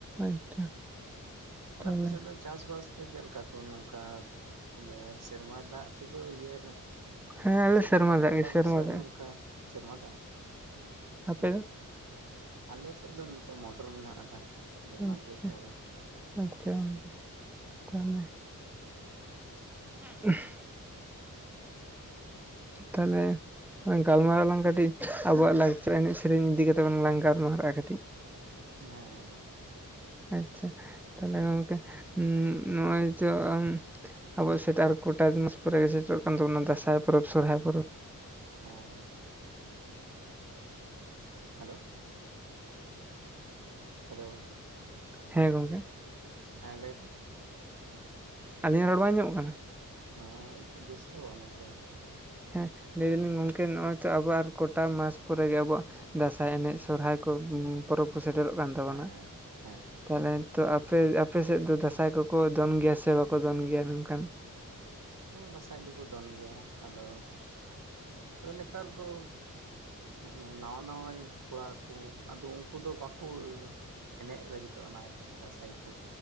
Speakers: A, in the centre; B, on the right.
A: ᱟᱪᱪᱷᱟ
B: ᱟᱨ
A: ᱛᱟᱦᱚᱞᱮ
B: ᱟᱯᱮᱱᱮᱫᱚ ᱫᱚ ᱪᱟᱥ ᱵᱟᱥ ᱫᱚ ᱪᱮᱫᱠᱟ ᱠᱚ ᱱᱚᱝᱠᱟ ᱤᱭᱟᱹ ᱥᱮᱨᱢᱟ ᱫᱟᱜ ᱛᱮᱠᱚ ᱤᱭᱟᱹ
A: ᱦᱮᱸ ᱟᱞᱮ
B: ᱥᱮᱨᱢᱟ ᱫᱟᱜ ᱛᱮᱠᱚ
A: ᱜᱮ
B: ᱪᱟᱥᱵᱟᱥᱟ
A: ᱥᱮᱨᱢᱟ ᱫᱟᱜ
B: ᱱᱚᱝᱠᱟ
A: ᱜᱮ
B: ᱥᱮᱨᱢᱟ ᱫᱟᱜ
A: ᱟᱯᱮ
B: ᱦᱮᱸ
A: ᱫᱚ?
B: ᱟᱞᱮᱮᱥᱮᱫ ᱫᱚ ᱱᱚᱛᱚᱮ ᱢᱚᱴᱚᱨ ᱢᱮᱱᱟᱜ ᱟᱠᱟᱫᱟ ᱟᱫᱚ ᱚᱱᱟ
A: ᱟᱪᱪᱷᱟ
B: ᱞᱟᱹᱜᱤᱫ ᱛᱮ ᱟᱫᱚ
A: ᱟᱪᱪᱷᱟ
B: ᱦᱮᱸ
A: ᱜᱚᱝᱠᱮ ᱛᱟᱦᱚᱞᱮ <inaudible> ᱛᱟᱞᱮ ᱝ ᱜᱟᱞᱢᱟᱨᱟᱜ ᱞᱟᱝ ᱠᱟᱹᱴᱤᱡ ᱟᱵᱚᱣᱟᱜ ᱞᱟᱠᱪᱟᱨ ᱮᱱᱮᱡ ᱥᱮᱨᱮᱧ ᱤᱫᱤ ᱠᱟᱛᱮᱜ ᱞᱟᱝ ᱜᱟᱞᱢᱟᱨᱟᱜᱼᱟ ᱠᱟᱹᱴᱤᱡ
B: ᱦᱮᱸᱮᱸ
A: ᱟᱪᱪᱷᱟ ᱛᱟᱦᱞᱮ ᱜᱚᱝᱠᱮ ᱱᱚᱜ ᱚᱭ ᱡᱮ ᱟ ᱟᱵ ᱥᱮᱴ ᱟᱨ ᱠᱚᱚᱴᱟ ᱫᱩᱢᱟᱥ ᱯᱚᱨᱮ ᱜᱮᱥᱮ ᱫᱟᱸᱥᱟᱭ ᱯᱚᱨᱚᱵᱽ ᱥᱚᱨᱦᱟᱭ ᱯᱚᱨᱚᱵᱽ
B: ᱦ ᱦᱮᱸ ᱦᱮᱞᱳ ᱦᱮᱞᱳ
A: ᱦᱮᱸ ᱜᱚᱢᱠᱮ
B: ᱦᱮᱸ ᱞᱟᱹᱭᱵᱤᱱ
A: ᱟᱹᱞᱤᱧᱟᱜ ᱨᱚᱲ ᱵᱟᱝ ᱟᱡᱚᱢᱚ-ᱜ ᱠᱟᱱᱟ?
B: ᱚ ᱰᱤᱥᱴᱟᱵᱚ-ᱜ ᱠᱟᱱᱟ ᱪᱤᱠᱟᱛᱮ ᱪᱚ,
A: ᱦᱮᱸ ᱞᱟᱹᱭ ᱫᱟᱞᱤᱧ ᱜᱚᱝᱠᱮ ᱱᱚᱜᱼᱚᱭ ᱛᱚ ᱟᱵᱚ ᱟᱨ ᱜᱚᱴᱟ ᱢᱟᱥ ᱯᱚᱨᱮᱜᱮ ᱟᱵᱚᱣᱟᱜ, ᱫᱟᱸᱥᱟᱭ ᱮᱱᱮᱡ ᱥᱚᱨᱦᱟᱭ ᱠᱚ ᱯᱚᱨᱚᱵᱽ ᱠᱚ ᱥᱮᱴᱮᱨᱚᱜ ᱠᱟᱱ ᱛᱟᱵᱳᱱᱟ᱾
B: ᱦᱮᱸ ᱦᱮᱸ ᱦᱮᱸ
A: ᱛᱟᱦᱚᱞᱮ ᱛᱚ ᱟᱯᱮ ᱟᱯᱮ ᱥᱮᱫ ᱫᱚ ᱫᱟᱸᱥᱟᱭ ᱠᱚᱠᱚ ᱫᱚᱱ ᱜᱮᱭᱟ ᱥᱮ ᱵᱟᱠᱚ ᱫᱚᱱ ᱜᱮᱭᱟ᱾ ᱢᱮᱱᱠᱷᱟᱱ
B: ᱦᱮᱸ ᱫᱟᱸᱥᱟᱭ ᱫᱚᱠᱚ ᱫᱚᱱ ᱜᱮᱭᱟ, ᱟᱫᱚ ᱟᱫᱚ ᱱᱮᱛᱟᱨ ᱫᱚ ᱢᱟᱱᱮ ᱱᱟᱣᱟ ᱱᱟᱣᱟ ᱠᱚᱲᱟ ᱠᱩ ᱟᱫᱚ ᱩᱱᱠᱩ ᱫᱚ ᱵᱟᱠᱩ ᱮᱱᱮᱡ ᱞᱟᱹᱜᱤᱫᱚᱜ ᱚᱱᱟ ᱟᱨᱠᱤ ᱫᱟᱸᱥᱟᱭ ᱠᱩ᱾